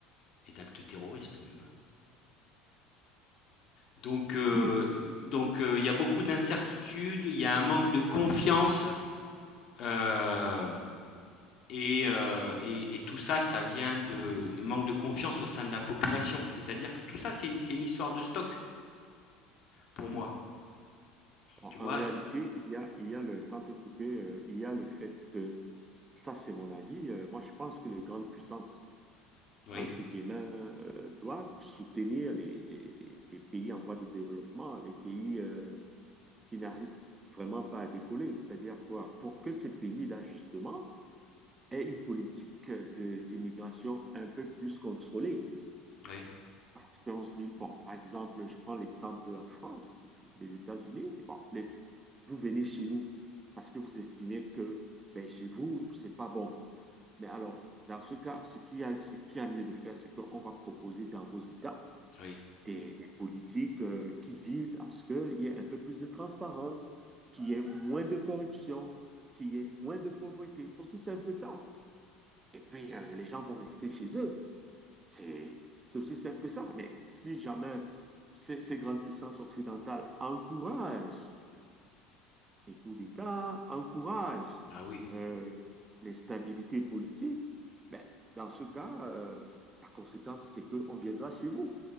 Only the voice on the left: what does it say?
et d'actes terroristes même, hein. Donc, euh,
donc euh, il y a beaucoup d'incertitudes, il y a un manque de confiance euh, et, euh, et, et tout ça, ça vient de manque de confiance au sein de la population. C'est-à-dire que tout ça, c'est une, c'est une histoire de stock pour moi.
Tu vois
c'est-
Oui,
oui,
oui.
Ah oui.